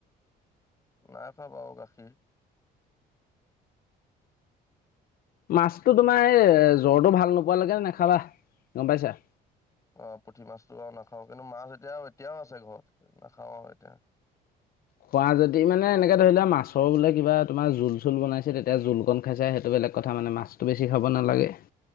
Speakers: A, on the left; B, on the left.
A: নাই খোৱা বাৰু গাখীৰ
B: মাছতো তোমাৰ এই জ্বৰটো ভাল নোপোৱালৈকে নাখাবা গম পাইছা
A: অ পুঠি মাছটো আৰু নাখাওঁ কিন্তু মাছ এতিয়া এতিয়াও আছে ঘৰত নাখাওঁ আৰু এতিয়া
B: খোৱা যদি মানে এনেকে ধৰি লোৱা মাছৰ বোলে কিবা তোমাৰ জোল চোল বনাইছে তেতিয়া জোল কন খাইছা সেইটো বেলেগ বেলেগ কথা মানে মাছতটো বেছি খাব নালাগে